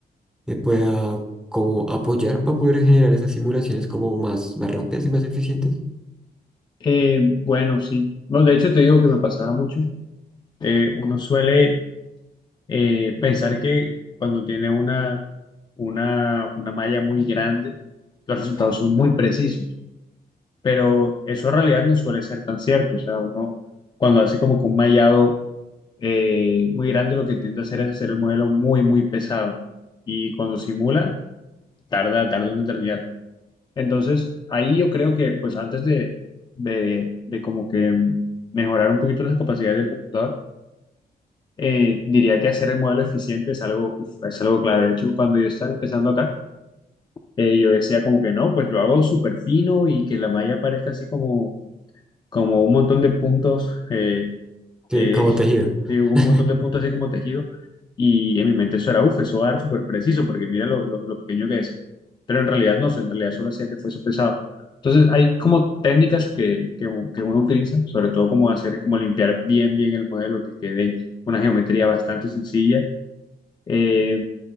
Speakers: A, in the centre; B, on the left.
A: me pueda como apoyar para poder generar esas simulaciones como más, más rápidas y más eficientes.
B: Eh, bueno, sí, no, de hecho te digo que me pasaba mucho, Eh, uno suele Eh, pensar que cuando tiene una, una, una malla muy grande, los resultados son muy precisos, pero eso en realidad no suele ser tan cierto. O sea, uno cuando hace como que un mallado eh, muy grande, lo que tiende a hacer es hacer el modelo muy, muy pesado. Y cuando simula, tarda, tarda una eternidad. Entonces, ahí yo creo que, pues antes de, de, de como que mejorar un poquito las capacidades del computador, eh, diría que hacer el modelo eficiente es algo, uf, es algo clave. De hecho, cuando yo estaba empezando acá, eh, yo decía como que no, pues lo hago súper fino y que la malla parezca así como, como un montón de puntos, eh,
A: Sí,
B: eh,
A: como tejido.
B: sí, un
A: <laughs>
B: montón de puntos así como tejido. Y en mi mente eso era, uff, eso va a dar súper preciso porque mira lo, lo, lo pequeño que es. Pero en realidad no, en realidad solo hacía que fuese pesado. Entonces hay como técnicas que, que, u- que uno utiliza, sobre todo como hacer, como limpiar bien, bien el modelo, que quede una geometría bastante sencilla eh,